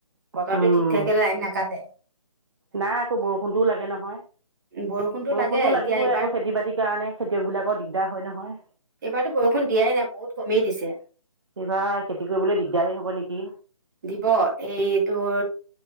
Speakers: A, on the right; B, on the right.
A: উম
B: বতৰটো ঠিক থাকিলে লাইন নেকাটে
A: নাই আকৌ বৰষুণটোও লাগে নহয়
B: বৰষুণটো
A: বৰষুণতো
B: লাগে
A: লাগিবই
B: এতিয়া এইবাৰ
A: আকৌ খেতি বাতিৰ কাৰণে খেতিয়ক বিলাকৰ দিগদাৰ হয় ন হয়
B: এইবাৰতো বৰষুণ দিয়াই নাই বহুত কমেই দিছে
A: এইবাৰ খেতি কৰিবলৈ দিগদাৰেই হ'ব নেকি
B: দিব এইটোৰ